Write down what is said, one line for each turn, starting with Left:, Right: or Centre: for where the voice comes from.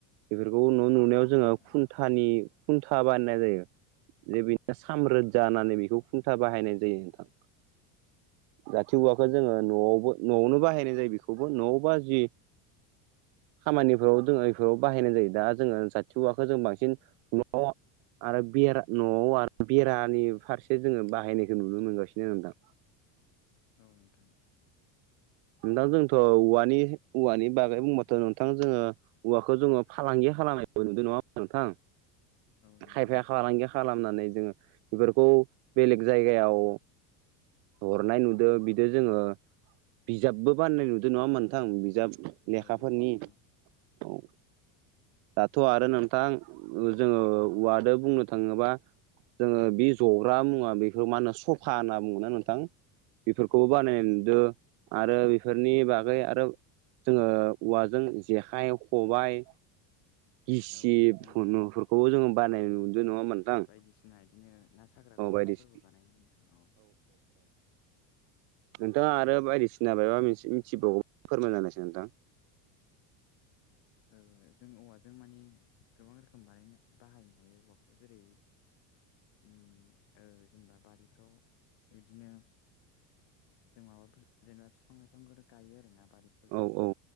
Right: बेफोरखौ न' लुनायाव
Left: औ
Right: जोङो
Left: नोंथां
Right: खुन्थानि खुन्था बानायनाय जायो। जे बेनो साम्रोद जानानै बेखौ खुन्था बाहायनाय जायो नोंथां। जाथि औवाखौ जोङो न'आवबो न'आवनो बाहायनाय जायो बेखौबो न'आवबा जि खामानिफोराव जोङो बेफोराव बाहायनाय जायो। दा जोङो साथि औवाखौ जों बांसिन <unintelligible> न' आरो बेरा न'आव आरो बेरानि फारसे जोङो बाहायनायखौ नुनो मोनगासिनो नोंथां।
Left: औ नोंथां
Right: नोंथां जोंथ' औवानि औवानि बागै बुंबाथ' नोंथां जोङो औवाखौ जोङो फालांगि खालामनाय नुदों नङा होनबा नोंथां
Left: औ नंगौ
Right: खायफाया
Left: नोंथां
Right: खालारानो गैया। खालामनानै जोङो बेफोरखौ बेलेग जायगायाव हरनाय नुदों बिदिनो जोङो। बिजाबबो बाननाय नुदों नङा नोंथां बिजाब लेखाफोरनि
Left: औ नंगौ नोंथां
Right: औ। दाथ' आरो नोंथां जोङो औवाजों बुंनो थाङोबा। जोङो बे जग्रा मुवा बेखौ मा होनो सफा होनना बुङोना नोंथां । बेफोरखौबो
Left: औ
Right: बानायनाय नुदों आरो बेफोरनि बागै आरो जोङो औवाजों जेखाइ खबाय गिसिब
Left: औ नंगौ
Right: फनुफोरखौबो जोङो बानायनो
Left: औ
Right: नुदों नङा होनबा नोंथां।
Left: बायदिसिना इदिनो ना साग्रा
Right: औ
Left: खखाफोरबो
Right: बायदिसिना
Left: बानायो नोंथाङा औ।
Right: नोंथाङा आरो बायदि सिना माबा मोनसे मिथि बावगौ, फोरमान जानायसै नोंथां?
Left: <inaudible> जों औवाजों माने गोबां रोखोम बानायनो बाहायनो हायो औवाखौ जेरै ओम ओ जेनेबा बारिफ्राव बिदिनो जों माबाफोर जेनेबा फिफां लाइफांफोर गायो आरोना बारि
Right: औ औ